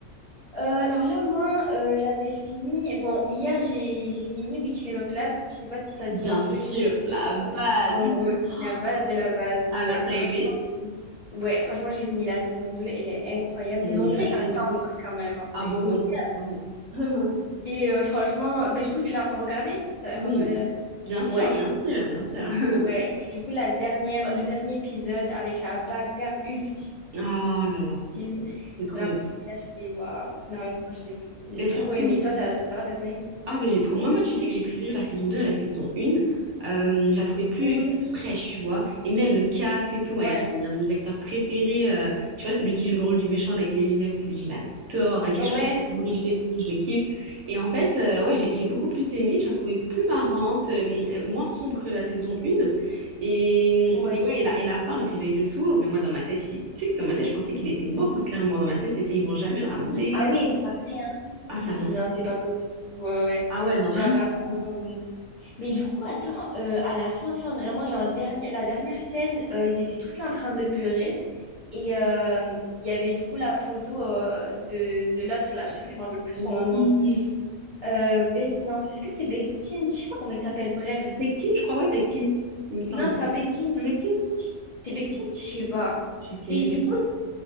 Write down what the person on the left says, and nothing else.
Euh, alors là, moi, euh, j'avais fini. Bon, hier, j'ai j'ai fini week Hero Class. Je sais pas si ça
dit un truc.
Ouais. Oh,
ok, La base de la base,
ouais.
Franchement,
c'est- ouais, franchement, j'ai fini la saison deux Elle est incroyable.
Ils
ont fait
attendre quand même. hein.
Ils ont fait-
Et euh, franchement, bah, du coup, tu l'as regardé? T'as
regardé la deuxième? saison?
Ouais,
et...
ouais. Et du coup, la dernière, le dernier épisode avec la bagarre ultime.
film.
Vraiment,
là, c'était waouh. Non, vraiment, j'ai j'ai
trop aimé. Toi, t'as, t'as- ça va, t'as bien aimé?
Mhm.
Ouais,
ouais,
ouais,
c'est
vrai.
Ah oui, mais pareil, hein.
Je me suis
dit, non, c'est pas possible. Ouais, ouais.
Genre vraiment.
euh, Mais du coup, attends, euh, à la fin, fin, vraiment, genre, derni- la dernière scène, euh, ils étaient tous là en train de pleurer. Et euh, il y avait du coup la photo euh, de, de l'autre, là, je sais que je me rappelle plus
son nom. Euh, Beg- Non, est-ce que c'était Bektine? Je sais pas comment il s'appelle, bref.
Non, c'est pas Bekdin, c'est
c'est-
c'est Bekdin, je sais pas.
C'est
du coup